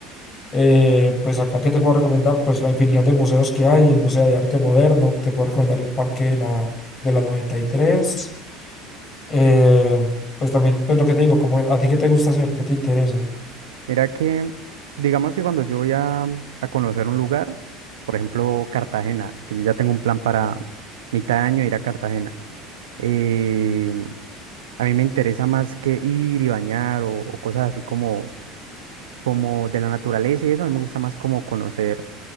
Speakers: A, on the left (about 35°); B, on the right (about 65°).
A: Eh, pues acá, ¿qué te puedo recomendar? Pues la infinidad de museos que hay, el Museo de Arte Moderno, te puedo recomendar el Parque de la, de la 93. Eh, pues también, pues lo que te digo, como a ti qué te gusta hacer, qué te interesa.
B: Mira que, digamos que cuando yo voy a, a conocer un lugar, por ejemplo Cartagena, que yo ya tengo un plan para mitad de año ir a Cartagena, eh, a mí me interesa más que ir y bañar o, o cosas así como, como de la naturaleza y eso, a mí me gusta más como conocer